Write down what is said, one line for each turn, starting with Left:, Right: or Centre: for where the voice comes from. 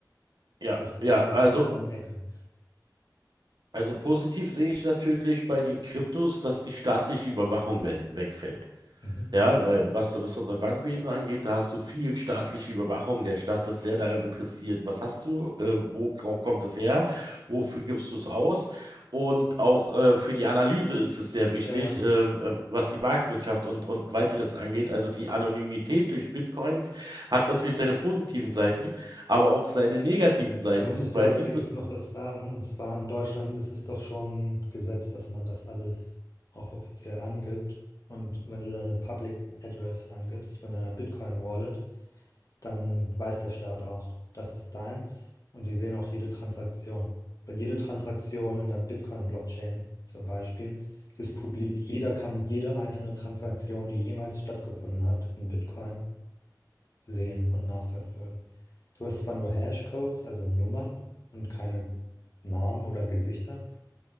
Left: Sprich,
Right: ja, ja,
Left: irgendwer
Right: also,
Left: ist an einer anderen Ecke.
Right: also positiv sehe ich natürlich bei den Kryptos, dass die staatliche Überwachung we wegfällt.
Left: Mhm.
Right: Ja, weil was, was unser Bankwesen angeht, da hast du viel staatliche Überwachung. Der Staat ist sehr daran interessiert, was hast du, äh, wo ko- kommt es her, wofür gibst du es aus? Und auch äh, für die Analyse ist es sehr wichtig,
Left: Ja, ja.
Right: ähm, äh, was die Marktwirtschaft und, und weiteres angeht. Also die Anonymität durch Bitcoins hat natürlich seine positiven Seiten, aber auch seine negativen Seiten,
Left: Da muss ich dir
Right: weil
Left: allerdings
Right: diese
Left: noch was sagen. Und zwar in Deutschland ist es doch schon Gesetz, dass man das alles auch offiziell angibt. Und wenn du deine Public Address angibst von deiner Bitcoin Wallet, dann weiß der Staat auch, das ist deins. Und die sehen auch jede Transaktion. Weil jede Transaktion in der Bitcoin Blockchain zum Beispiel ist publik. Jeder kann jede einzelne Transaktion, die jemals stattgefunden hat in Bitcoin, sehen und nachverfolgen. Du hast zwar nur Hashcodes, also Nummern und keine Namen oder Gesichter,